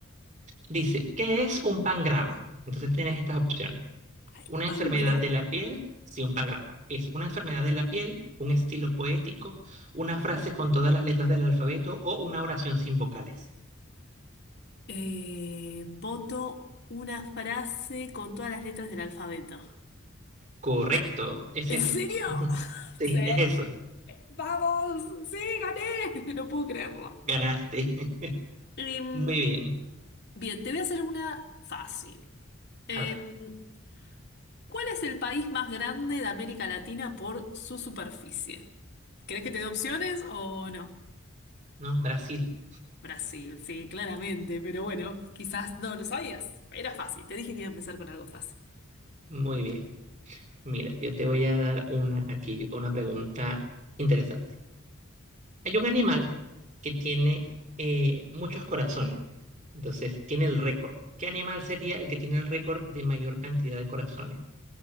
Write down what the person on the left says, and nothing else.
Ay,
Pangrama.
Eh, voto una frase con todas las letras del alfabeto.
¿En
serio? <laughs>
Sí,
vamos, sí, gané. <laughs> No puedo creerlo.
Em,
bien, te voy a hacer una fácil. Em,
¿cuál es el país más grande de América Latina por su superficie? ¿Querés que te dé opciones o no?
Brasil, sí, claramente, pero bueno, quizás no lo sabías. Era fácil, te dije que iba a empezar con algo fácil.